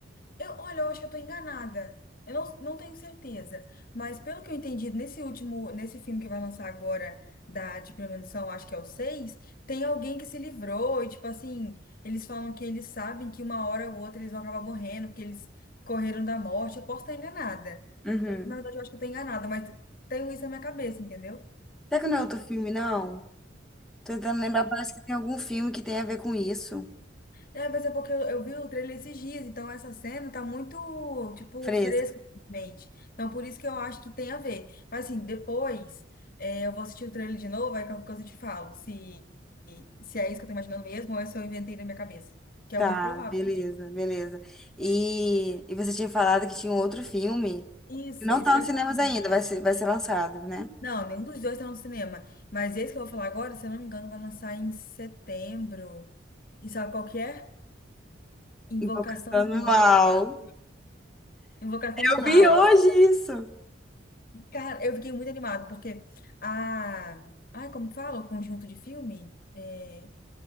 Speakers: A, on the left (about 45°); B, in the centre.
A: Eu, olha, eu acho que eu tô enganada. Eu não, não tenho certeza. Mas pelo que eu entendi, nesse último, nesse filme que vai lançar agora da de premonição, acho que é o seis tem alguém que se livrou, e tipo assim, eles falam que eles sabem que uma hora ou outra eles vão acabar morrendo, porque eles correram da morte. Eu posso estar enganada.
B: Uhum.
A: Na verdade, eu acho que eu tô enganada, mas tenho isso na minha cabeça, entendeu?
B: Será que não é outro filme, não? Tô tentando lembrar, parece que tem algum filme que tem a ver com isso.
A: É, mas é porque eu, eu vi o trailer esses dias, então essa cena tá muito, tipo,
B: fresco
A: fresca na minha mente. Então, por isso que eu acho que tem a ver. Mas, assim, depois é, eu vou assistir o trailer de novo, aí qualquer coisa eu te falo, se, se é isso que eu tô imaginando mesmo ou é se eu inventei na minha cabeça, que é
B: Tá,
A: muito provável
B: beleza,
A: também.
B: beleza. E, e você tinha falado que tinha um outro filme
A: Isso,
B: que não
A: isso
B: tá
A: que
B: nos
A: eu ia
B: cinemas
A: falar agora.
B: ainda, vai ser, vai ser lançado, né?
A: Não, nenhum dos dois tá no cinema. Mas esse que eu vou falar agora, se eu não me engano, vai lançar em setembro. E sabe qual que é? Invocação
B: Invocação
A: do
B: do
A: Mal
B: Mal.
A: 4. Invocação do Mal.
B: Eu vi hoje isso.
A: Cara, eu fiquei muito animada, porque a. Ai, como fala? O conjunto de filme? É,